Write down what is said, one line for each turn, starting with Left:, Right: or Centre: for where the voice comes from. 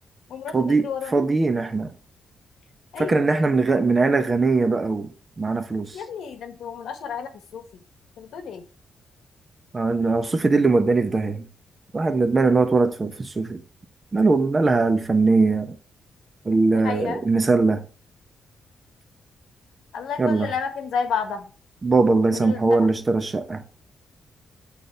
Left: ومراته
Right: فاضي
Left: تجري ورانا
Right: فاضيين إحنا
Left: <laughs>
Right: فاكر
Left: أيوة
Right: إن إحنا من غ... من عيلة غنية بقى ومعانا فلوس
Left: يا ابني ده انتوا من أشهر عيلة في الصوفي انت بتقول ايه
Right: أنا الصوفي دي اللي موداني في داهية واحد ندمان إن هو اتولد في, في الصوفي ماله مالها الفنية ال-
Left: دي حقيقة
Right: المسلة
Left: الله
Right: يلا
Left: كل الأماكن زي بعضها
Right: بابا الله
Left: كلها
Right: يسامحه هو اللي اشترى الشقة